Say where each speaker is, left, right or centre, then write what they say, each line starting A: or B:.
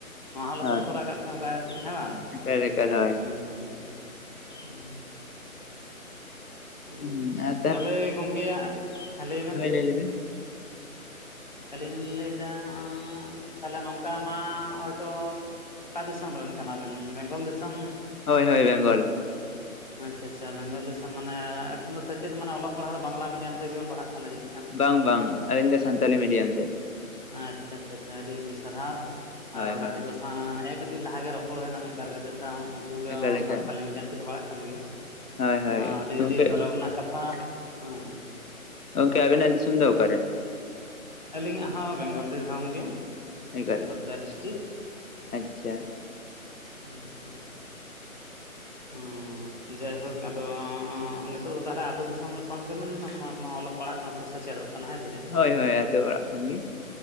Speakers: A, on the left; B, on the left.
A: ᱱᱚᱣᱟ ᱦᱚᱸ ᱞᱚᱥᱚᱫ
B: ᱦᱳᱭ
A: ᱛᱚᱨᱟ ᱠᱟᱜ ᱢᱮ ᱚᱱᱠᱟ ᱠᱟᱛᱮᱫ ᱦᱮᱸ ᱵᱟᱝ,
B: ᱮᱠᱟᱞ ᱮᱠᱟᱞ ᱦᱳᱭ
A: ᱦᱩᱸ ᱴᱷᱤᱠ ᱴᱷᱤᱠ, ᱦᱩᱸ ᱾ ᱚᱦᱚᱸ,
B: ᱦᱩᱸ ᱟᱨ
A: ᱛᱟᱦᱚᱞᱮ ᱜᱚᱝᱠᱮᱭᱟᱜ, ᱦᱮᱸ ᱞᱟᱹᱭ ᱵᱮᱱ?
B: ᱦᱮ ᱞᱟᱹᱭ ᱵᱤᱱ?
A: ᱟᱹᱞᱤᱧ ᱞᱟᱹᱭᱻᱫᱟᱸᱻᱜ ᱛᱟᱦᱚᱞᱮ ᱱᱚᱝᱠᱟ ᱢᱟ ᱦᱚᱭᱛᱳ ᱚᱠᱟ ᱫᱤᱥᱚᱢ ᱨᱮᱱ ᱠᱟᱱᱟᱵᱮᱱ ᱵᱮᱝᱜᱚᱞ ᱫᱤᱥᱚᱢ?
B: ᱦᱳᱭ ᱦᱳᱭ ᱵᱮᱝᱜᱚᱞ᱾
A: ᱟᱪᱪᱷᱟ ᱟᱪᱪᱷᱟ ᱵᱮᱝᱜᱚᱞ ᱫᱤᱥᱚᱢ ᱢᱟᱱᱮ ᱮᱠᱷᱚᱱ ᱫᱚ ᱥᱮᱪᱮᱫ ᱢᱟᱱᱮ ᱚᱞᱚᱜ ᱯᱟᱲᱦᱟᱜ ᱫᱚ ᱵᱟᱝᱜᱽᱞᱟ ᱢᱤᱰᱤᱭᱟᱢ ᱛᱮᱜᱮ ᱵᱮᱱ ᱯᱟᱲᱦᱟᱜ ᱠᱟᱱᱟ ᱡᱟᱹᱱᱤᱡ ᱠᱷᱟᱱ?
B: ᱵᱟᱝ ᱵᱟᱝ ᱟᱹᱞᱤᱧ ᱫᱚ ᱥᱟᱱᱛᱟᱞᱤ ᱢᱤᱰᱤᱭᱟᱹᱢ ᱛᱮ᱾
A: ᱟᱪᱪᱷᱟ ᱪᱪᱷᱟ ᱟᱪᱪᱷᱟ, ᱟᱹᱰᱤ ᱟᱹᱰᱤ ᱥᱟᱨᱦᱟᱣ
B: ᱦᱳᱭ
A: ᱟᱨᱚ ᱜᱟᱛᱮ
B: ᱦᱳᱭ
A: ᱠᱚ ᱟᱸ ᱮ ᱠᱟᱹᱴᱤᱡ ᱞᱟᱦᱟ ᱜᱮ ᱨᱚᱯᱚᱲ ᱦᱩᱭ ᱮᱱᱟ ᱢᱤᱫ ᱵᱟᱨ ᱜᱟᱛᱮ ᱥᱟᱶ ᱩᱸᱠᱩ ᱜᱮᱣ
B: ᱮᱠᱟᱞ ᱮᱠᱟᱞ
A: ᱥᱟᱱᱛᱟᱞᱤ ᱢᱤᱰᱤᱭᱟᱢ ᱛᱮᱠᱚ ᱯᱟᱲᱦᱟᱜ ᱠᱟᱱ ᱜᱮᱭᱟ,
B: ᱦᱳᱭ ᱦᱳᱭ
A: ᱦᱚᱸ ᱟᱹᱰᱤ
B: ᱜᱚᱝᱠᱮ
A: ᱟᱹᱰᱤ ᱜᱚᱨᱚᱵᱽ ᱨᱮᱱᱟᱜ ᱠᱟᱛᱷᱟ, ᱦᱮᱸ᱾
B: ᱜᱚᱝᱠᱮ ᱟᱹᱵᱤᱱᱟᱜ ᱫᱤᱥᱚᱢ ᱫᱚ ᱚᱠᱟᱨᱮ?
A: ᱟᱹᱞᱤᱧᱼᱦᱟᱸᱜ ᱦᱚᱸ ᱵᱮᱝᱜᱚᱞ ᱫᱤᱥᱚᱢ ᱜᱮ,
B: ᱮᱠᱟᱞ
A: ᱵᱟᱸᱠᱩᱲᱟ ᱰᱤᱥᱴᱤᱠ,
B: ᱟᱪᱪᱷᱟ
A: ᱟᱪᱪᱷᱟ ᱟᱪᱪᱷᱟ᱾
B: <inaudible>
A: ᱦᱚᱸ ᱡᱟᱭᱦᱳᱠ ᱟᱫᱚ ᱦᱚᱸᱜᱼᱚ ᱱᱤᱛᱚᱜ ᱫᱚ ᱛᱟᱦᱮᱞᱮ ᱟᱹᱛᱩ ᱫᱤᱥᱚᱢ ᱨᱮ ᱠᱷᱚᱱ ᱜᱮ ᱢᱮᱱᱟᱻᱢᱟ ᱚᱞᱚᱜ ᱯᱟᱲᱦᱟᱜ ᱠᱟᱱᱟ ᱥᱮ ᱥᱮᱪᱮᱫᱚᱜ ᱠᱟᱱᱟ, ᱦᱮᱸ ᱥᱮ ᱪᱮᱫ?
B: ᱦᱳᱭ ᱦᱳᱭ ᱟᱹᱛᱩ ᱚᱲᱟᱜ ᱠᱷᱚᱱ ᱜᱮ᱾